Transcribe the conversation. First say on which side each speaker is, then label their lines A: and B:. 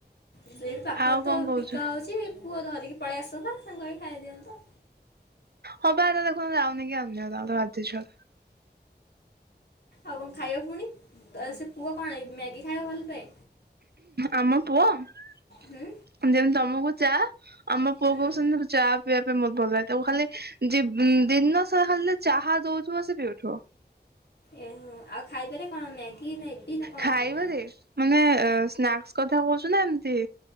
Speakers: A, on the left; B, on the right.
A: ସେଇଠି ପାଖରେ
B: ଆଉ
A: ତ
B: କଣ କହୁଛୁ
A: ବିକା ହଉଛି। ପୁଅ ଧରିକି ପଳେଇ ଆସନ୍ତା ସାଙ୍ଗ ହେଇକି ଖାଇଦିଅନ୍ତ।
B: ହ ବା ଦେଖୁନ ଯାଉନି କିଆ! !!!!!!!!!
A: ଆଉ କଣ ଖାଇବା ପୁଣି ତ ସେ ପୁଅ କଣ ମ୍ୟାଗି ଖାଇବା ଭଲ ପାଏ?
B: ଆମ ପୁଅ ଯେମିତି
A: ହୁଁ
B: ତମକୁ ଚା ଆମ ପୁଅ
A: ହୁଁ
B: କୁ ବି ସେମିତି ଚା ପିଇବା ପାଇଁ ବହୁତ ଭଲ ଲାଗେ। ତୁ ଖାଲି ଯିବ ମ୍ ଦିନ ସାରା ଖାଲି ଚାହା ଦେଉଥିବ ସେ ପିଉଥିବ।
A: ଏ ମୋ ଆଉ ଖାଇପାରେ କଣ ମ୍ୟାଗି? ନା ଇପି ନା କ'ଣ
B: ଖାଇବାରେ
A: ହୁଁ
B: ମାନେ ଅ ସ୍ନାକ୍ସ କଥା କହୁଛୁ ନା ଏମତି